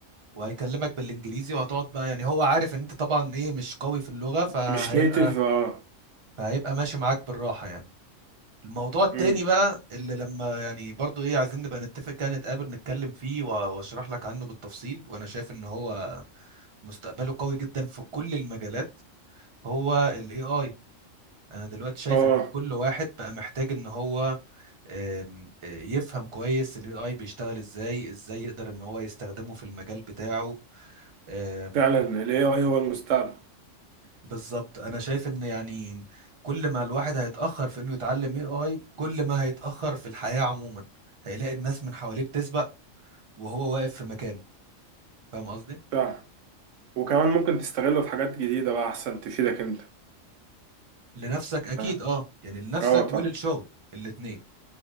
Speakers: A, on the right; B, on the right.
A: وهيكلمك بالانجليزي وهتقعد بقى يعني هو عارف ان انت طبعا ايه مش قوي في اللغه فهيبقى
B: مش نيتف اه
A: فهيبقى ماشي معاك بالراحه يعني الموضوع التاني
B: مم.
A: بقى اللي لما يعني برضو ايه عايزين نبقى نتفق كده نتقابل نتكلم فيه و- واشرح لك عنه بالتفصيل وانا شايف ان هو مستقبله قوي جدا في كل المجالات هو ال AI انا دلوقتي شايف
B: اه
A: ان كل واحد بقى محتاج ان هو آم، آه، يفهم كويس الاي اي بيشتغل ازاي ازاي يقدر ان هو يستخدمه في المجال بتاعه آم،
B: فعلا ال AI هو المستقبل
A: بالظبط انا شايف ان يعني كل ما الواحد هيتاخر في انه يتعلم اي اي كل ما هيتاخر في الحياه عموما هيلاقي الناس من حواليه بتسبق وهو واقف في مكانه فاهم قصدي
B: فعلا وكمان ممكن تستغله في حاجات جديدة بقى احسن تفيدك انت
A: لنفسك اكيد
B: فاهم؟
A: اه يعني لنفسك
B: اه طبعا
A: وللشغل الاتنين